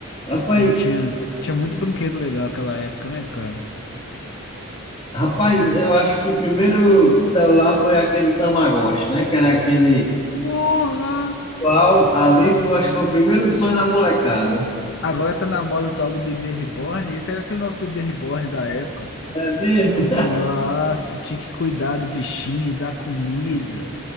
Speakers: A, on the left; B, on the left.
A: rapaz,
B: Pô, tinha, tinha muito brinquedo legal aquela época, né, cara?
A: rapaz, eu acho que o primeiro celular foi aquele Tamagotchi, né? Que era aquele.
B: Porra!
A: qual- Ali foi, acho que foi o primeiro sonho da molecada.
B: Agora tá na moda o tal do bebê reborn. Esse era aquele nosso bebê reborn da época, pô.
A: É mesmo?
B: Nossa, tinha que cuidar do bichinho, dar comida,